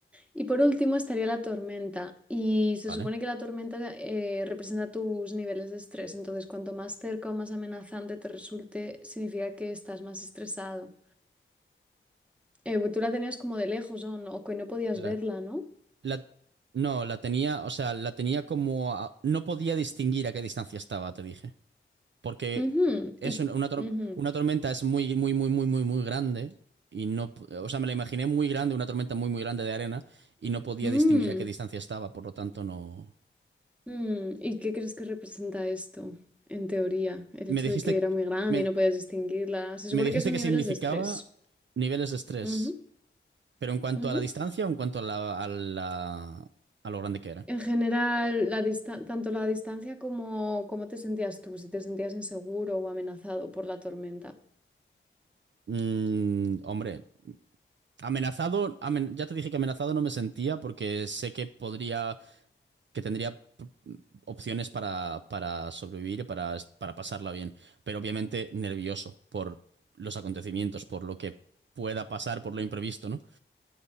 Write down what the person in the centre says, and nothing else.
Y por último estaría la tormenta. Y se
supone que la tormenta eh, representa tus niveles de estrés. Entonces, cuanto más cerca o más amenazante te resulte, significa que estás más estresado. Eh, pues tú la tenías como de lejos o, no- o que no podías
verla, ¿no?
Ujú,
Y,
ujú.
Mm,
mm. ¿Y qué crees que representa esto, en teoría? El
hecho
de que era muy grande
y no podías distinguirla. Se
supone
que son
niveles
de estrés.
Ujú,
ujú.
En general, la dista- tanto la distancia como cómo te sentías tú, si te sentías inseguro o amenazado por la tormenta.